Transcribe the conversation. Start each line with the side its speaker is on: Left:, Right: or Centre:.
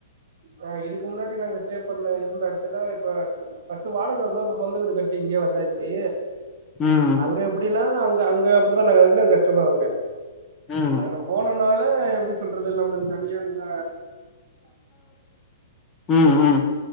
Right: ஆஹ் இதுக்கு முன்னாடி நாங்க ஸ்டே பண்ண இருந்த இடத்துல இப்ப வாடக வந்தா சொந்த வீடு கட்டி இங்கேயே வந்தாச்சு
Left: ம்
Right: அங்க எப்டி நா அங்க அங்க அப்டித்தா நாங்க கஷ்டப்படுவாங்க
Left: ம்
Right: நாங்க போன னால எப்டி சொல்றது நம்மளுக்கு தனியால்ல
Left: உம் உம்